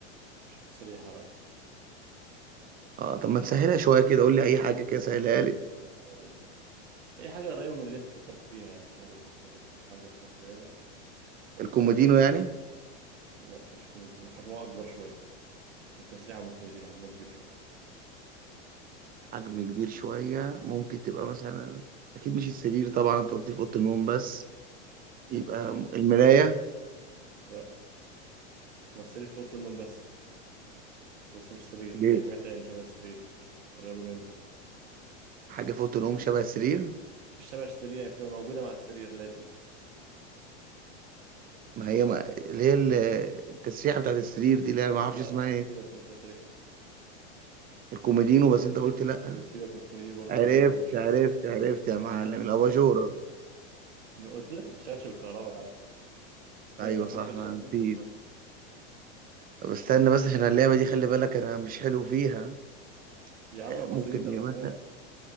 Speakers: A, on the right; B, on the right.
A: مش تسريحة بقى
B: اه طب ما تسهلها شوية كده قول لي أي حاجة كده سهلها لي
A: آه أقول لك أي حاجة قريبة من اللي أنت فكرت فيها يعني أقول لك طب أديك حاجة تسهلها لك
B: الكومودينو
A: آه
B: يعني
A: لا مش كومودينو حجمه أكبر شوية التسريحة من الكومودينو حجمها كبير شوية
B: حجم كبير شوية ممكن تبقى مثلا أكيد مش السرير طبعا أنت قلت لي في أوضة النوم بس يبقى
A: اه
B: م- المراية
A: لا ما السرير في أوضة النوم بس بس مش سرير
B: اللي
A: هي حاجة تاني شبه السرير قريبة منه
B: حاجة فوق تنقوم شبه السرير
A: مش تبع السرير يعني بتبقى موجودة مع السرير لازم
B: ما هي ما اللي هي ال- التسريحة بتاعت السرير دي اللي أنا ما أعرفش
A: لا
B: اسمها
A: لا
B: إيه
A: سيبك من التسريح
B: الكوميدينو بس أنت قلت لأ
A: وسيبك من الكومودينو برضه
B: عرفت
A: قلت لك أكبر شوية
B: عرفت عرفت يا معلم
A: ها
B: الأباجورة
A: ما قلت لك ما بتشتغلش بالكهرباء يا عم لا
B: أيوه
A: لا فكر
B: صح أنا
A: شوية فكر
B: نسيت
A: شوية
B: طب استنى بس عشان اللعبة دي خلي بالك أنا مش حلو فيها
A: يا عم
B: آه، ممكن
A: بسيطة بأمانة
B: إيه مثلا